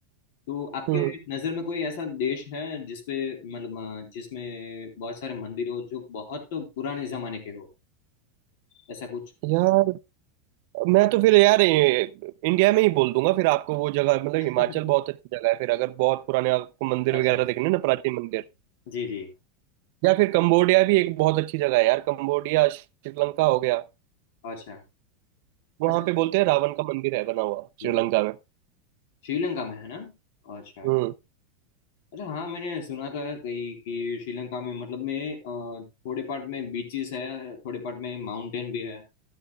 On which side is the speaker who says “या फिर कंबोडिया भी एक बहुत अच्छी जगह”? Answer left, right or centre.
Right